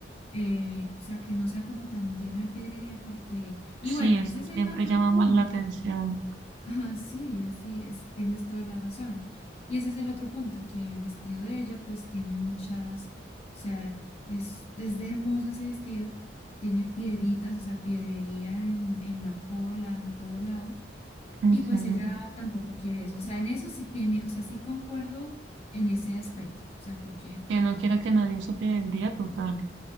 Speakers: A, on the left; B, on the right.
A: eh, o sea, que no sea como tan lleno de piedrería porque, y
B: Sí,
A: bueno,
B: eso
A: ese es
B: siempre
A: el otro
B: llama
A: punto.
B: más la atención.
A: <laughs> Ah, sí, sí, es, tienes toda la razón. Y ese es el otro punto, que el vestido de ella pues tiene muchas, o sea, es, es de hermoso ese vestido, tiene piedritas, o sea, piedrería en, en la cola, en todo lado,
B: Ujú.
A: y pues ella tampoco quiere eso. O sea, en eso sí tiene, o sea, sí concuerdo en ese aspecto, o sea, porque...
B: Que no quiera que nadie use día total.